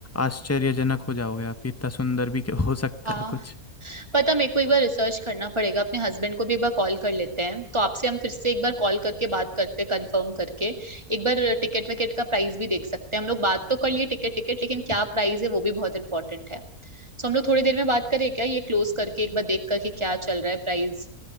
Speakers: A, on the left; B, on the right.
A: आश्चर्यजनक हो जाओगे आप कि इतना सुंदर भी <laughs> हो सकता
B: हाँ
A: है कुछ
B: पता मेरे को एक बार रिसर्च करना पड़ेगा अपने हस्बैंड को भी एक बार कॉल कर लेते हैं तो आपसे हम फिर से एक बार कॉल करके बात करते कंफर्म करके एक बार टिकट विकेट का प्राइस भी देख सकते हैं हम लोग बात तो कर लिए टिकट टिकट लेकिन क्या प्राइस है वो भी बहुत इंपॉर्टेंट है सो हम लोग थोड़ी देर में बात करें क्या ये क्लोज करके एक बार देख करके क्या चल रहा है प्राइस